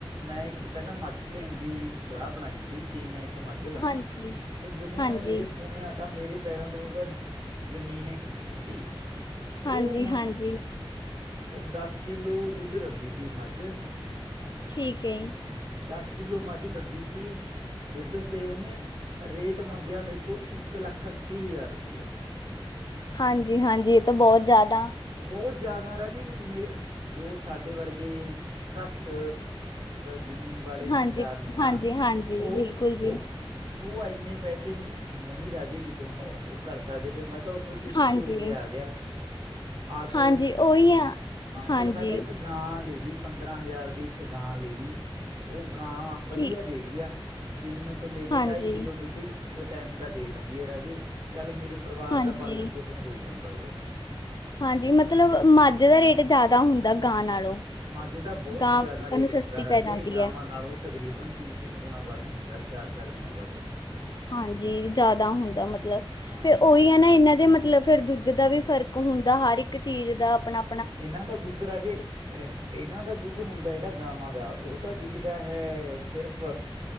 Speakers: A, on the right (about 55°); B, on the left (about 45°).
A: ਮੈਂ ਇੱਕ ਪਹਿਲਾਂ ਮੱਜਕ ਲੈਣ ਦੀ ਸਲਾਹ ਬਣਾਈ ਸੀ ਤੇ ਮੈਂ ਇੱਕ ਮੱਝ ਲਵਾਂ
B: ਹਾਂਜੀ
A: ਉਹ ਜਦੋਂ
B: ਹਾਂਜੀ
A: ਮੈਂ ਰੇਡ ਪੂਣੇ ਆ ਤਾਂ ਮੇਰੇ ਪੈਰਾਂ ਤੋਂ ਆਉਂਦਾ ਜਮੀਨ ਹ ਖਿਸਕ ਗਈ
B: ਹਾਂਜੀ
A: ਉਹ ਮੰਗ
B: ਹਾਂਜੀ
A: ਉਹ ਦਸ ਕਿਲੋ ਦੁੱਧ ਰਸੀ ਮੱਝ
B: ਠੀਕ ਹੈ
A: ਦਸ ਕਿਲੋ ਮੱਜ ਦਿੰਦੀ ਸੀ। ਦੁੱਧ ਤੇ ਉਹਨੇ ਰੇਟ ਮੰਗਿਆ ਮੇਤੋਂ ਇਕ ਲੱਖ ਅਸੀਂ ਹਜਾਰ ਰੁਪਿਆ
B: ਹਾਂਜੀ ਹਾਂਜੀ ਇਹ ਤਾਂ ਬਹੁਤ ਜਿਆਦਾ
A: ਬਹੁਤ ਜਿਆਦਾ ਰਾਜੇ ਜੋ ਸਾਡੇ ਵਰਗੇ ਘੱਟ ਜਮੀਨ ਵਾਲੇ ਜਿਮੀਦਾਰ
B: ਹਾਂਜੀ
A: ਨੇ ਨਾ
B: ਹਾਂਜੀ ਹਾਂਜੀ
A: ਉਹ
B: ਬਿਲਕੁਲ
A: ਉਹ
B: ਜੀ
A: ਉਹ ਇੰਨੇ ਪੈਸੇ ਨਹੀਂ ਰਾਜੇ ਕਿਤੋਂ ਉਹ ਕਰ ਸਕਦੇ ਫਿਰ ਮੈਂ ਤਾਂ ਚੁਸਤੀ
B: ਹਾਂਜੀ
A: ਹੋ ਕੇ ਆ ਗਿਆ ਆ ਕੇ
B: ਹਾਂਜੀ ਉਹੀ ਆ ਹਾਂਜੀ
A: ਫਿਰ ਮੈਂ ਤਾਂ ਇੱਕ ਕਾਂ ਦੇ ਪੰਦਰਾਂ ਹਜ਼ਾਰ ਦੀ ਇੱਕ ਗਾਂ ਲੈ ਲਈ ਉਹ ਗਾਂ ਵਧੀਆ
B: ਠੀਕ
A: ਢੇਰੀਆ ਤਿੰਨ ਤੋਂ ਲੈ ਕੇ
B: ਹਾਂਜੀ
A: ਟਾਈ ਕਿਲੋ ਦੁੱਧੀ ਕ ਟਾਈਮ ਦਾ ਦੇ ਦਿੰਦੀ ਹ ਰਾਜੇ ਚਲ ਮੇਰੇ ਪਰਿਵਾਰ
B: ਹਾਂਜੀ,
A: ਦਾ ਪਾਲਣ ਪੋਸ਼ਣ ਹੋਈ ਜਾਂਦਾ ਉਹਦੇ ਨਾਲ
B: ਹਾਂਜੀ ਮਤਲਬ ਮਝ ਦਾ ਰੇਟ ਜਿਆਦਾ ਹੁੰਦਾ ਗਾਂ ਨਾਲੋਂ
A: ਅੱਜ ਤਾਂ ਬਹੁਤ
B: ਗਾਂ
A: ਜ਼ਿਆਦਾ
B: ਆਪਾਂ
A: ਰੇਟ
B: ਨੂੰ ਸਸਤੀ
A: ਹੁੰਦਾ ਰਾਜੇ
B: ਪੈ ਜਾਂਦੀ
A: ਗਾਵਾਂ
B: ਐ,
A: ਨਾਲੋਂ ਤਕਰੀਬਨ ਤਿੰਨ ਤਿੰਨ ਗੁਣਾ ਵੱਧ ਹੁੰਦਾ ਚਾਰ ਚਾਰ ਗੁਣਾ ਵੱਧ
B: ਹਾਂਜੀ ਜਿਆਦਾ ਹੁੰਦਾ ਮਤਲਬ
A: ਹਾਂ
B: ਫਿਰ ਉਹੀ ਹ ਨਾ ਇਹਨਾਂ ਦੇ ਮਤਲਬ ਫਿਰ ਦੁੱਧ ਦਾ ਵੀ ਫਰਕ ਹੁੰਦਾ ਹਰ ਇੱਕ ਚੀਜ਼ ਦਾ ਆਪਣਾ
A: ਇਹਨਾਂ ਦਾ ਦੁੱਧ ਰਾਜੇ ਇਹਨਾਂ ਦਾ ਦੁੱਧ ਹੁੰਦਾ ਜਿਹੜਾ ਗਾਵਾਂ ਦਾ ਉਹ ਤਾਂ ਵਿਕਦਾ ਹੈ, ਸਿਰਫ